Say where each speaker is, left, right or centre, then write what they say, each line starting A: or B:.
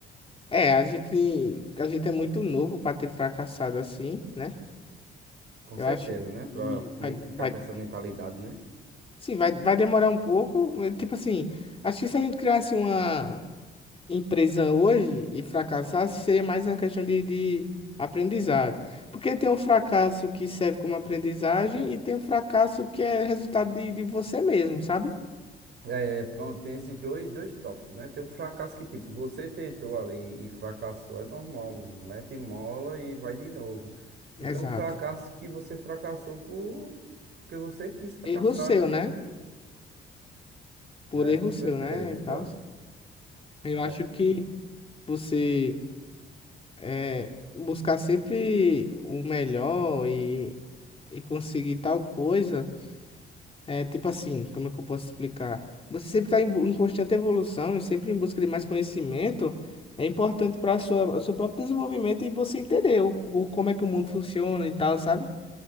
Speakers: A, on the left (about 30°); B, on the right (about 65°).
A: É, a gente, a gente é muito novo pra ter fracassado assim, né?
B: Com
A: Eu
B: certeza,
A: acho
B: né? Pra
A: que
B: meio
A: vai,
B: que ficar
A: vai,
B: com essa mentalidade, né?
A: sim, vai, vai demorar um pouco. Tipo assim, acho que se a gente criasse uma. empresa hoje e fracassasse, seria mais uma questão de, de aprendizado. Porque tem um fracasso que serve como aprendizagem e tem um fracasso que é resultado de, de você mesmo, sabe?
B: É, pronto, tem esses dois, dois tópicos, né? Tem um fracasso que, tipo, você tentou ali e fracassou, é normal, mete mola e vai de novo. E tem
A: Exato.
B: um fracasso que você fracassou por... porque você quis fracassar,
A: Erro seu,
B: né?
A: né? Por
B: É,
A: erro
B: com certeza,
A: seu, né? E
B: então.
A: tal. Eu acho
B: É,
A: que você é, buscar sempre o melhor e, e conseguir tal coisa. É tipo assim, como é que eu posso explicar? Você sempre está em, bu- em constante evolução e sempre em busca de mais conhecimento. É importante para sua o seu próprio desenvolvimento e você entender o, o- como é que o mundo funciona e tal, sabe?